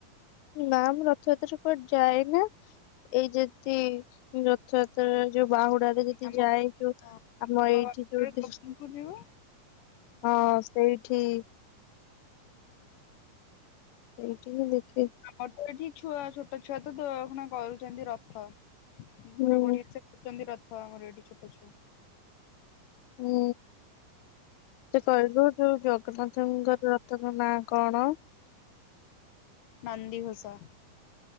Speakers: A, on the left (about 85°); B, on the left (about 70°).
A: ନା ମୁଁ ରଥଯାତ୍ରାରେ କୁଆଡେ ଯାଏନା। ଏଇ ଯେଦି ରଥଯାତ୍ରାରେ ଯୋଉ ବାହୁଡା ରେ ଯେଦି
B: ଆମ
A: ଯାଏ ଯୋଉ
B: ହଁ
A: ଆମ
B: ଗୋବିନ୍ଦପୁର
A: ଏଇଠି ଯୋଉ ଦିସ୍
B: ଯିବୁ ନହ
A: ହଁ ସେଇଠି। ସେଇଠି ହିଁ ଦେଖେ।
B: ଆମର ତ ଏଠି ଛୁଆ ଛୋଟ ଛୁଆ ତ ଦେଏଖୁନା କରୁଚନ୍ତି ରଥ
A: ହୁଁ
B: ପୁରା ବଢିଆ ସେ କରୁଚନ୍ତି ର ଥ ଆମର ଏଠି ଛୋଟ ଛୁଆ।
A: ହୁଁ ସେ କହିଲୁ ଯୋଉ ଜଗନ୍ନାଥଙ୍କର ରଥର ନାଁ। କଣ?
B: ନନ୍ଦିଘୋଷ।